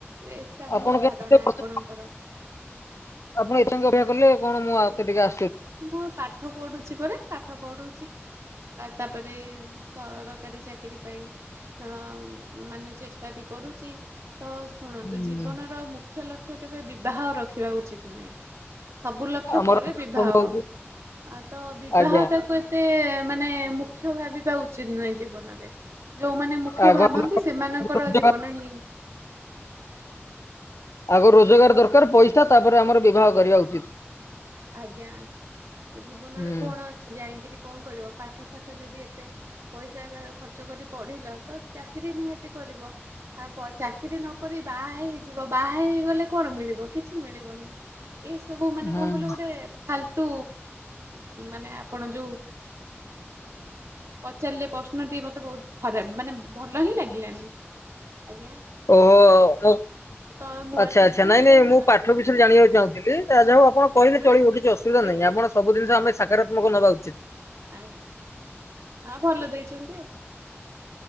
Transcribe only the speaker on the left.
ଆପଣ
କେତେ ବର୍ଷ
ଆପଣ ଏତେ ଅପେକ୍ଷା କଲେ କଣ ମୁଁ ଆଉେ ଟିକେ ଆ
ହୁଁ
ଆମର
ପ୍ରଥମ ହଉଛି
ଆଜ୍ଞା
ଆଗ
ଆମକୁ
ରୋଜଗାର
ଆଗ ରୋଜଗାର ଦରକାର ପଇସା ତାପରେ ଆମର ବିବାହ କରିବା ଉଚିତ।
ହୁଁ
ହୁଁ
ଓହୋ ଓ।
ଆଚ୍ଛା
ଆଚ୍ଛା ନାଇଁ ନାଇଁ
ମୁଁ
ପାଠ ବିଷୟରେ
ଜାଣିବାକୁ ଚାହୁଁଥିଲି ତା ହଉ ଆପଣ କହିଲେ
ଚଳିବ କିଛି ଅସୁବିଧା
ନାହିଁ ଆପଣ ସବୁ ଜିନିଶ ଆମେ ସକାରାତ୍ମକ ନବା ଉଚିତ।